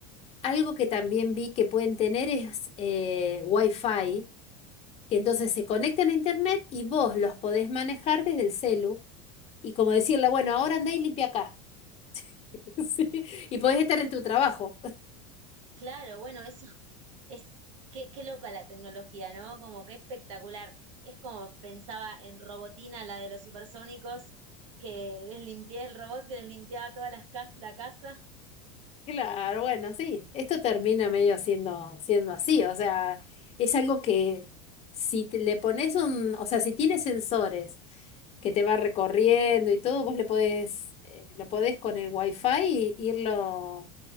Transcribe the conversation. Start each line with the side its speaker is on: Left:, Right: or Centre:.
Left: Algo que también vi que pueden tener es eh, Wi-Fi, que entonces se conectan a internet y vos los podés manejar desde el celu y como decirle, bueno, ahora andá y limpia acá. <laughs> Sí, Y podés estar en tu trabajo. <laughs>
Right: Claro, bueno, eso <laughs> es, qué, qué loca la tecnología, ¿no? Como que espectacular. Es como pensaba en Robotina, la de los supersónicos, que les limpié el robot, que les limpiaba todas las cas- la casa.
Left: Claro, bueno, sí, esto termina medio siendo, siendo así, o sea, es algo que si te- le pones un, o sea, si tienes sensores que te va recorriendo y todo, vos le podés, eh, lo podés con el Wi-Fi y irlo